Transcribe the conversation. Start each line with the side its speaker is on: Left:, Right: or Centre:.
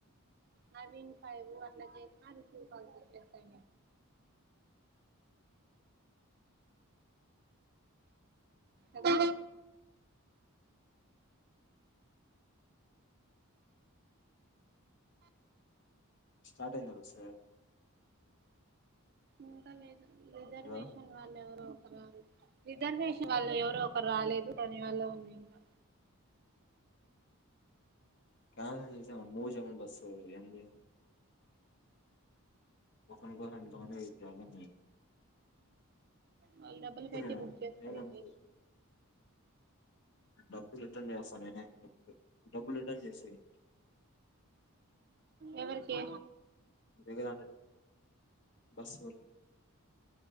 Right: నవీన్ ఫైవ్ అట్లా చేసిన రివ్ కాల్ త అదా
Left: స్టార్ట్ అయింద బస్
Right: ఇంకా లేదు రిజర్వేషన్
Left: హలో
Right: వాళ్ళు ఎవరో రిజర్వేషన్ వాల్ల ఎవరు ఒకరు రాలేదు దాని వల్ల ఉంది ఇంకా
Left: కన్స చేసా మూమన్ బస్ ఏంది ఒకని కోసం ఇంత మంది వెయిట్ చేయాలా
Right: వాళ్ళు డబ్బులు కట్టి
Left: నువ్వు
Right: బుక్ చేస్తారు
Left: ఏముంది డబ్బులు రిటర్న్ చేస్తా నే డబ్బులు రిటర్న్ చేసేయి
Right: ఎవరికి
Left: నీ దగ్గర అంటే బస్సు వాళ్ళు